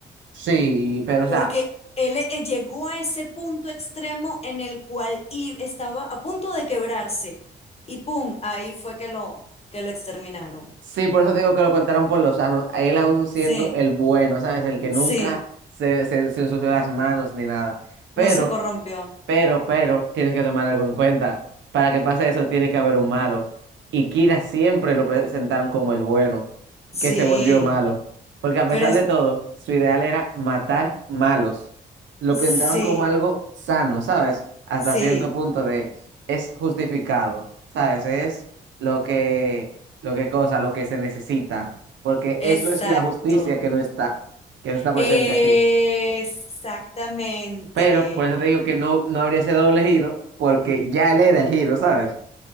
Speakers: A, on the right (about 70°); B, on the left (about 30°).
A: Sí, pero o
B: porque
A: sea,
B: él eh, llegó a ese punto extremo en el cual y estaba a punto de quebrarse y pum, ahí fue que lo, que lo exterminaron.
A: sí, por eso te digo que lo cortaron por los sanos, él aún siendo
B: Sí,
A: el bueno, ¿sabes? El que
B: sí,
A: nunca se, se, se ensució las manos ni nada. Pero
B: no se corrompió.
A: Pero, pero, tienes que tomar algo en cuenta. Para que pase eso, tiene que haber un malo. Y Kira siempre lo presentaron como el bueno,
B: Sí,
A: que se volvió malo. Porque a pesar
B: pero es,
A: de todo, su ideal era matar malos. Lo
B: sí,
A: pintaban como algo sano, ¿sabes? Hasta
B: sí,
A: cierto punto de es justificado, ¿sabes? Es lo que, lo que cosa, lo que se necesita. Porque
B: exacto.
A: eso es la justicia que no está, que no está presente
B: Exactamente.
A: aquí. Pero por eso te digo que no, no habría ese doble giro, porque ya él era el giro, ¿sabes?